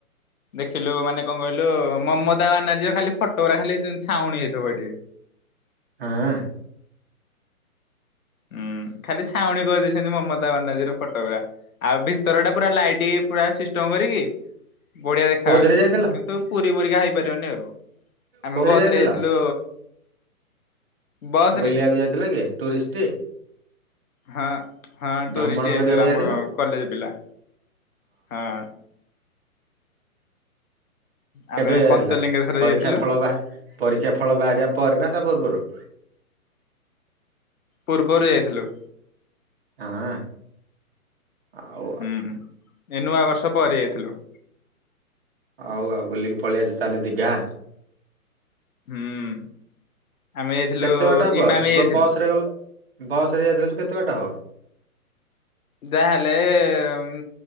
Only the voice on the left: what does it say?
ଦେଖିଲୁ ମାନେ କଣ କହିଲୁ ମମତା ବାନାର୍ଜୀ ର ଖାଲି ଫଟ ଉରା ଖାଲି ଛାଉଣ ହେଇଥିବ ଏଠି।
ହୁଁ ଖାଲି ଛାଉଣୀ କହିଦେଇଛନ୍ତି ମମତା ବାନାର୍ଜୀ ର ଫଟୋଗୁରା। ଆଉ ଭିତର ଟା ପୁରା ଲାଇଟ୍ ପୁରା ସିଷ୍ଟମ କରିକି। ବଢିଆ ଦେଖା
ଯାଉଛି।
କିନ୍ତୁ ପୁରୀ ପରୀକା ହେଇପାରିବନି ଆଉ। ଆମେ
ବସ
ରେ ଯାଇଥିଲୁ ବସ
ରେ
ହଁ ହଁ
ଟୁରିଷ୍ଟ ଯାଇଥିଲୁ
ଆମ
କଲେଜ ପିଲା ହଁ। ଆମେ
ପଞ୍ଚଲିଙ୍ଗେଶ୍ଵର
ଯାଇଥିଲୁ
ପୂର୍ବରୁ ଯାଇଥିଲୁ।
ହୁଁ ଏ ନୂଆ ବର୍ଷ ପରେ ଯାଇଥିଲୁ।
ହୁଁ। ଆମେ ଯାଇଥିଲୁ
ଇମାମି
ଯାଇଥିଲୁ।
ଯାହେଲେ ଉଁ